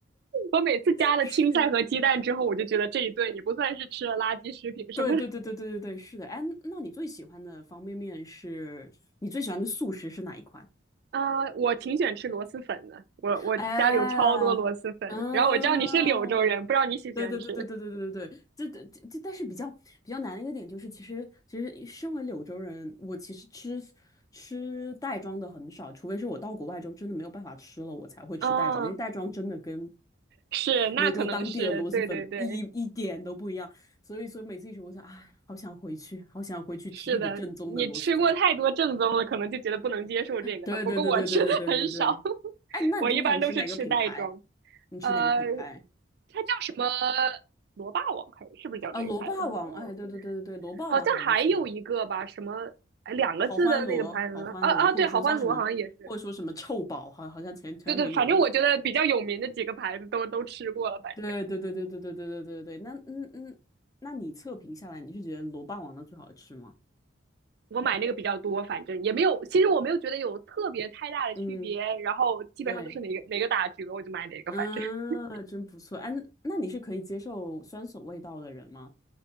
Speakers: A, on the right; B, on the left.
A: 我每次加了青菜和鸡蛋之后，
B: 是。
A: 我就觉得这一顿也不算是吃了垃圾食品什么。
B: 对对对对对对对，
A: <laughs>
B: 是的。哎，那你最喜欢的方便面是你最喜欢的速食是哪一款？
A: 啊、呃我挺喜欢吃螺蛳粉的，我我家里有超多螺蛳粉。
B: 哎，嗯，
A: 然后我知道你是柳州人，不知道你喜不喜欢吃？
B: 对对对对对对对对对，这这这，但是比较比较难的一个点就是，其实其实身为柳州人，我其实吃吃袋装的很少，除非是我到国外之后真的没有办法吃了，我才会吃袋装，
A: 啊，
B: 因为袋装真的跟
A: 是，那可能是，
B: 柳州当地的螺蛳粉一一点都不一样，
A: 对对对，
B: 所以所以每次一吃，我想，哎，好想回去，好想回去吃特别正宗的螺蛳粉。
A: 是的。你吃过太多正宗了，可能就觉得不能接受这个了。
B: 对对对对对对对对对，
A: 不过我吃的很少，<laughs>
B: 哎，那你通常吃哪个品牌？
A: 我一般都是吃袋装。
B: 你吃哪个品牌？
A: 呃，它叫什么？螺霸王还是是不是叫这个牌子？
B: 啊，螺霸王，
A: 我
B: 哎，对对对对对，螺霸王还不错，
A: 好像还有一个吧，什么哎两个字的那个牌子啊啊，
B: 好欢螺，好欢螺，或者说叫什么，
A: 对，好欢螺好像也是，
B: 或者说什么臭宝，好，好像前前段时间有个，
A: 对对，反正我觉得比较有名的几个牌子都都吃过了，反正
B: 对对对对对对对对对对，那嗯嗯，那你测评下来，你是觉得螺霸王的最好吃吗？
A: 我买那个比较多，反正也没有，其实我没有觉得有特别太大的区别，
B: 嗯，
A: 然后基本上都是哪个哪个打折我就买哪个，
B: 对，嗯，
A: 反正 <laughs>
B: 真不错，哎，那你是可以接受酸笋味道的人吗？